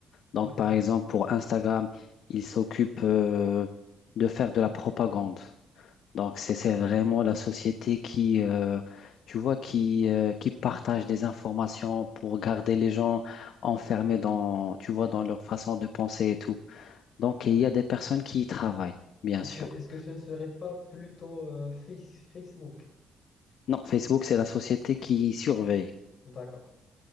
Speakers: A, on the left; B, on the left.
A: Donc
B: Mhm.
A: par exemple, pour Instagram, il s'occupe euh, de faire de la propagande. Donc, c'est c'est vraiment la société qui, euh, tu vois, qui, euh, qui partage des informations pour garder les gens enfermés dans, tu vois, dans leur façon de penser et tout. Donc, il y a des personnes qui y travaillent, bien
B: Est-ce
A: sûr.
B: que, est-ce que ce ne serait pas plutôt euh, Face- Facebook?
A: Non, Facebook, c'est la société qui surveille.
B: D'accord,